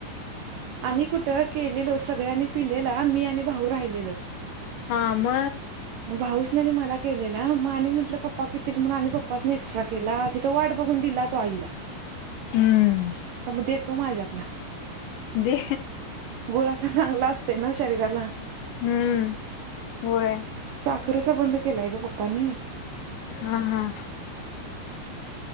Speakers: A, on the right (about 75°); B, on the left (about 70°).
A: आणि कुठं केलेलो सगळ्यांनी पिलेला मी आणि भाऊ राहिलेलो.
B: हा म
A: भाऊस नि आणि मला केलेला, म आणि म्हटलं पप्पा पितील म्हणून, आणि पप्पासनी एक्स्ट्रा केला, तिथं वाट बघून दिलात. तो आईला,
B: हम्म.
A: आता म देतो माझ्यातला.
B: दे
A: गुळाचा चांगला असतय ना शरीराला
B: हम्म होय.
A: साख कधीचा बंंद केलाय ग पप्पानी
B: हा हा.